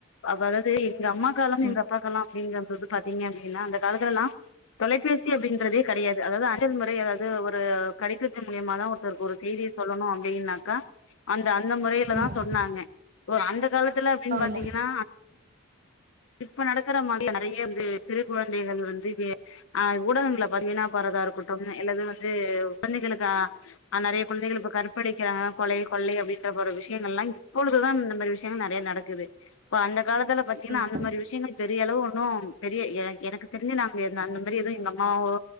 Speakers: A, on the left (about 70°); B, on the right (about 40°).
A: அத அதாவது எங்க அம்மாக்காலம்
B: ம்
A: எங்க அப்பாக்கெல்லா நீங்க வ வது பாத்தீங்க அப்டீன்னா அந்த காலத்துலல்லா தொலைபேசி அப்டீன்றதே கெடையாது அதாவது அஞ்சல் முறை அதாவது ஒரு கடிதத் சல் மூலியமா தா ஒருத்தருக்கு ஒரு செய்திய சொல்லணோ ஈனாக்கா அந்த அந்த முறையில
B: ம்
A: தான் சொன்னாங்க ஒ அந்த காலத்துல அப்டின்
B: ஆமா
A: பாத்தீங்கன்னா இப்ப நடக்குற மாரி நிறைய வந்து சிறு குழந்தைகள் வந்து வே ஆஹ் ஊடகங்கள பதிவீனா பாறதா இருக்கட்டும் இல்லது வந்து குழந்தைகளுக்கு ஆஹ் ஆஹ் நிறைய குழந்தைகளு இப்ப கற்பழிக்கிறாங்க கொலை கொள்ளை அப்டின்ற போற விஷயங்கல்லா இப்பொழுதுதான் இந்த மாரி விஷயங்கள் நெறைய நடக்குது ப்ப அந்த காலத்துல பாத்தீங்கன்னா
B: ம்
A: அந் விஷயங்கள் பெரிய அளவு ஒன்னும் பெரிய எ எனக்கு தெரிஞ்சு நாங்க எந்த அந்த மாரி எதுவும் எங்க அம்மாவோ